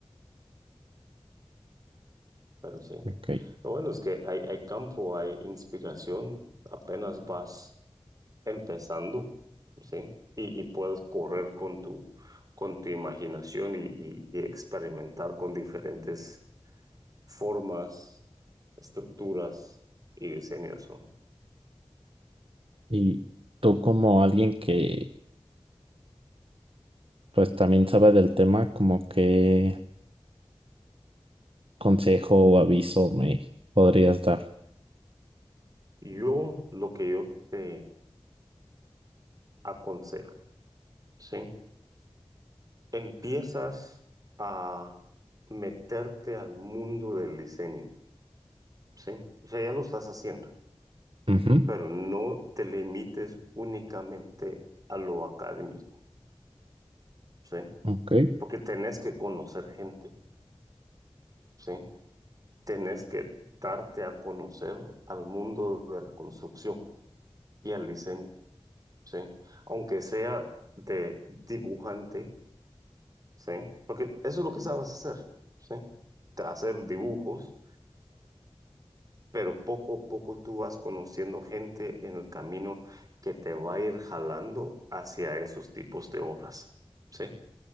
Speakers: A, on the right (about 35°); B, on the right (about 65°).
A: pero sí.
B: ok.
A: Lo bueno es que hay, hay campo, hay inspiración, apenas vas empezando, ¿sí? Y, y puedes correr con tu, con tu imaginación y, y- y experimentar con diferentes formas, estructuras y diseños, ¿no?
B: Y tú como alguien que pues también sabe del tema, como qué consejo o aviso me podrías dar.
A: Yo, lo que yo te aconsejo, ¿sí? Empiezas a meterte al mundo del diseño. Sí, o sea, ya lo estás haciendo,
B: Ujú,
A: pero no te limites únicamente a lo académico, ¿sí?
B: Ok.
A: Porque tenés que conocer gente, ¿sí? Tenés que darte a conocer al mundo de la construcción y al diseño, ¿sí? Aunque sea de dibujante, ¿sí? Porque eso es lo que sabes hacer, ¿sí? Hacer dibujos pero poco a poco tú vas conociendo gente en el camino que te va a ir jalando hacia esos tipos de obras, ¿sí?